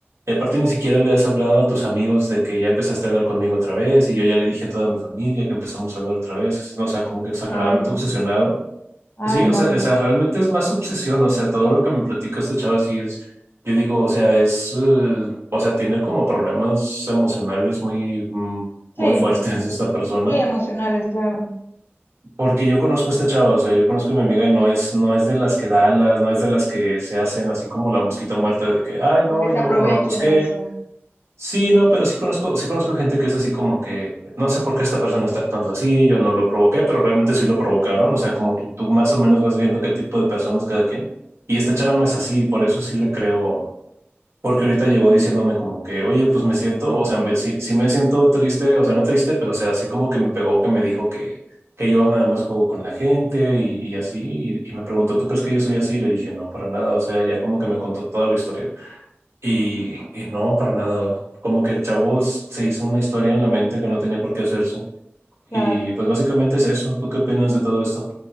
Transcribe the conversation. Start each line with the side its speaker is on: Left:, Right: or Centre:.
Right: y aparte ni siquiera le has hablado a tus amigos de que ya empezaste a hablar conmigo otra vez y yo ya le dije a toda mi familia que empezamos a hablar otra vez, no, o sea, como que exageradamente
Left: Ay, no.
Right: obsesionado.
Left: Ay,
Right: Sí, o
Left: no,
Right: sea, o
Left: qué
Right: sea,
Left: horror.
Right: realmente es más obsesión, o sea, todo lo que me platicas este chavo sí es, yo digo, o sea, es, eh, o sea, tiene como problemas emocionales muy, mm,
Left: Sí,
Right: muy fuertes <laughs> esta persona
Left: sí, emocionales, claro.
Right: Porque yo conozco a esta chava, o sea, yo conozco a mi amiga y no es, no es de las que da alas, no es de las que se hacen así como la mosquita muerta de que, ay, no,
Left: Porque se
Right: yo
Left: aproveche
Right: no lo busqué.
Left: de eso.
Right: Sí, no, pero sí conozco, sí conozco gente que es así como que, no sé por qué esta persona está actuando así, yo no lo provoqué, pero realmente sí lo provocaron, o sea, como que tú más o menos vas viendo qué tipo de personas cada quien. Y esta chava no es así, por eso sí le creo, porque ahorita llegó diciéndome como que, oye, pues me siento, o sea, me, sí, sí me siento triste, o sea, no triste, pero o sea, así como que me pegó, que me dijo que, que yo nada más juego con la gente y, y así, y, y me preguntó, ¿tú crees que yo soy así? Y le dije, no, para nada, o sea, ya como que me contó toda la historia. Y, y no, para nada, como que el chavo s- se hizo una historia en la mente que no tenía por qué hacerse.
Left: Claro.
Right: Y pues básicamente es eso, ¿tú qué opinas de todo esto?